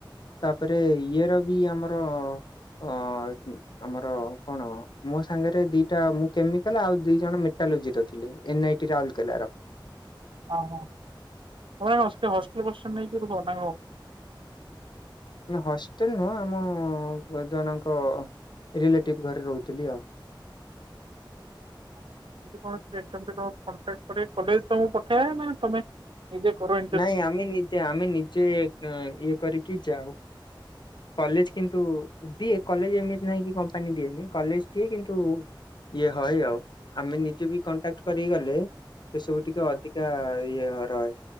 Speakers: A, on the left (about 60°); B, on the right (about 80°).
A: ତାପରେ ଇଏ ର ବି ଆମର ଅ ଆମର କଣ ମୋ ସାଙ୍ଗରେ ଦିଟା ମୁଁ କେମିକାଲ ଆଉ ଦି ଜଣ ମେଟା ଥିଲେ ଏନ ଆଇଟି ରାଉକେଲାର।
B: ଓ ହୋ ସେ ହଷ୍ଟେ ହଷ୍ଟେଲଫଷ୍ଟେଲ ନେଇକି ରୁହ ନାକ?
A: ନା ହଷ୍ଟେଲ ନୁହଁ ଆମ ଜଣକ ରିଲେଟିଭ ଘରେ ରହୁଥିଲି ଆଉ।
B: କେମତି କଣ କେମତି କଣ୍ଟାକ୍ କରି କଲେଜ ତମକୁ ପଠେଇବା ନା ତମେ ନିଜେ କର ଇଣ୍ଟର୍ନସିପ?
A: ନାଇଁ ଆମେ ନିଜେ ଆମେ ନିଜେ କ ଇଏ କରିକି ଯାଉ। କଲେଜ କିନ୍ତୁ ଦିଏ କଲେଜ ଏମିତି ନାହିଁ କି କମ୍ପାନୀ ଦିଏନି କଲେଜ ଦିଏ କିନ୍ତୁ? ଇଏ ହଏ ଆଉ ଆମେ ନିଜେ ବି କଣ୍ଟାକ୍ଟ କରିକି ଗଲେ ସେସବୁ ଟିକେ ଅଧିକା ଇଏ ହ ରହେ।